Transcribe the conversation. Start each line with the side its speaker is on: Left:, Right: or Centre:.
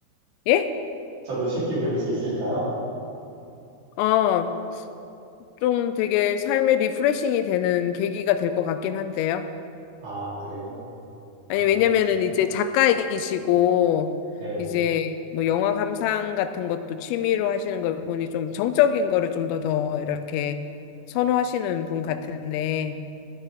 Left: 예?
Right: 저도 쉽게 배울 수 있을까요?
Left: 어, 좀 되게 삶의 리프레싱이 되는 계기가 될 것 같긴 한데요.
Right: 아, 그래요?
Left: 아니,
Right: 아,
Left: 왜냐면은
Right: 알겠습니다.
Left: 이제 작가이시고,
Right: 네.
Left: 이제 뭐 영화 감상 같은 것도 취미로 하시는 걸 보니 좀 정적인 거를 좀 더 더 이렇게 선호하시는 분 같은데,